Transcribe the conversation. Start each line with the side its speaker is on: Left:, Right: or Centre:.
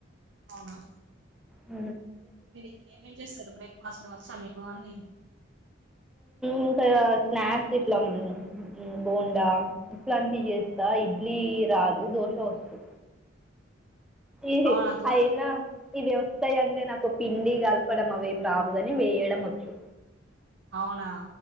Right: అవునా
Centre: ఉ
Right: మీరుంక ఏమేం చేస్తారు బ్రేక్ఫాస్ట్ లో వచ్చా మీకు అన్ని
Centre: ఇంక స్నాక్స్ ఇట్ల బోండా ఇట్లాంటివి చేస్త ఇడ్లీ రాదు దోశ ఒసు ఈ
Right: అవునా దోశ
Centre: అయిన ఈ వస్తాయి అండి నాకు పిండి కలపడం అవేం రావుగాని వేయడం ఒచ్చు
Right: అవునా